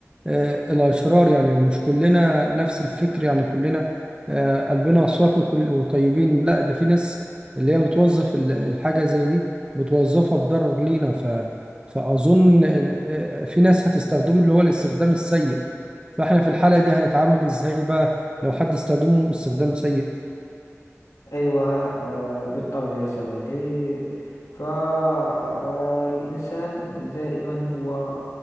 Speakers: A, on the right; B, on the left.
A: آه، الاشرار يعني مش كلنا نفس الفكر يعني كلنا آه، قلبنا صافي وكل وطيبين لا ده في ناس اللي هي بتوظف ال- الحاجه زي دي بتوظفها في ضرر لينا ف فاظن آه، آه، في ناس هتستخدمه اللي هو الاستخدام السيء فاحنا في الحاله دي هنتعامل ازاي بقى لو حد استخدمه باستخدام سيء
B: أيوة آه، بالطبع يا صديقي فالإنسان دائما هو